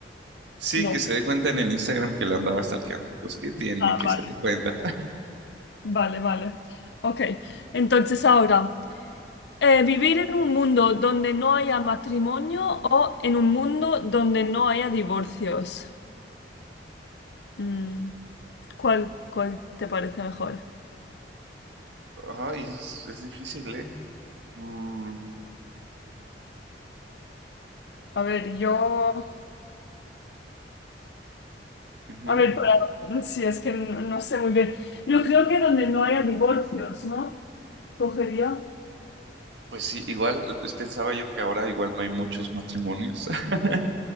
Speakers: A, on the right; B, on the left.
A: Sí,
B: no.
A: que se dé cuenta en el Instagram que la andaba stalkeando. Pues, ¿qué tiene?
B: Ah,
A: Que
B: vale,
A: se dé cuenta. <laughs>
B: vale, vale. Ok, entonces ahora, eh, ¿vivir en un mundo donde no haya matrimonio o en un mundo donde no haya divorcios? Mm. ¿Cuál, cuál te parece mejor?
A: Ay, es, es difícil, ¿eh? Mm,
B: A ver, yo,
A: Ujú.
B: a ver, para, mm, sí, es que no, no sé muy bien. Yo creo que donde no haya divorcios, ¿no? Cogería.
A: pues sí, igual, pues pensaba yo que ahora igual no hay muchos matrimonios, <laughs>